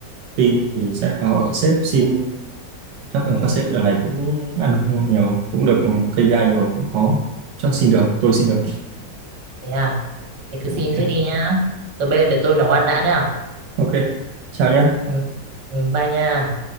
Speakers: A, on the right (about 80°); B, on the right (about 70°).
A: team thì sẽ vào các sếp xin chắc
B: Ừ,
A: là các sếp đợt này cũng ăn nhiều cũng được ừ, KPI nhiều cũng có chắc xin được tôi xin được
B: thế à. Thế cứ xin
A: ok
B: trước đi nhá. Rồi bây giờ để tôi nấu ăn đã nhá.
A: ok chào nhé
B: Ừ, ừ, bye nha.